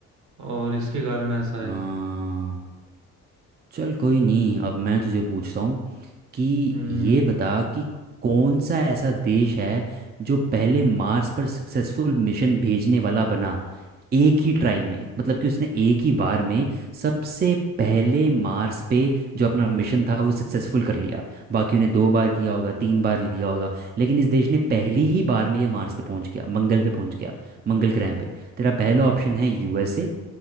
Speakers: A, on the right; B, on the right.
A: और इसके कारण ऐसा
B: हाँ
A: है
B: चल कोई नहीं अब मैं तुझे पूछता हूँ कि
A: हम्म
B: ये बता कि कौन सा ऐसा देश है जो पहले मार्स पर सक्सेसफुल मिशन भेजने वाला बना एक ही ट्राई में मतलब कि उसने एक ही बार में सबसे पहले मार्स पे जो अपना मिशन था वो सक्सेसफुल कर लिया बाकियों ने दो बार किया होगा तीन बार लिया होगा लेकिन इस देश ने पहली ही बार में ये मार्स पे पहुंच गया मंगल पे पहुंच गया मंगल ग्रह पे तेरा पहला ऑप्शन है यूएसए